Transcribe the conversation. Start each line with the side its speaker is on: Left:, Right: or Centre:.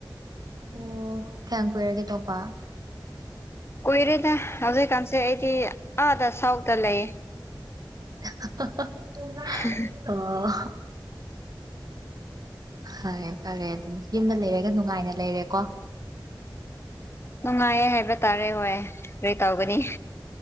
Right: ꯑꯣ ꯀꯌꯥꯝ ꯀꯨꯏꯔꯒꯦ ꯇꯣꯛꯄꯥ
Left: ꯀꯨꯏꯔꯦꯗ ꯍꯧꯖꯤꯛꯀꯥꯟꯁꯦ ꯑꯩꯗꯤ ꯑꯥꯗ ꯁꯥꯎꯠꯇꯥ ꯂꯩꯌꯦ
Right: <unintelligible>
Left: ꯍꯝ
Right: ꯑꯣ ꯍꯥꯏꯌꯨ ꯐꯔꯦ ꯑꯗꯨꯝ ꯌꯨꯝꯗ ꯂꯩꯔꯒ ꯅꯨꯡꯉꯥꯏꯅ ꯂꯩꯔꯦꯀꯣ
Left: ꯅꯨꯡꯉꯥꯏꯌꯦ ꯍꯥꯏꯕ ꯇꯥꯔꯦ ꯍꯣꯏ ꯀꯔꯤ ꯇꯧꯒꯅꯤ